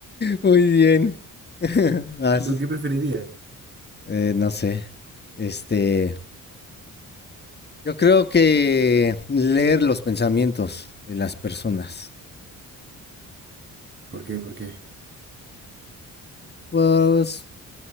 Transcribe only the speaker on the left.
Muy bien. <laughs> Vas.
Eh, no sé. Este, yo creo que leer los pensamientos de las personas.
Pues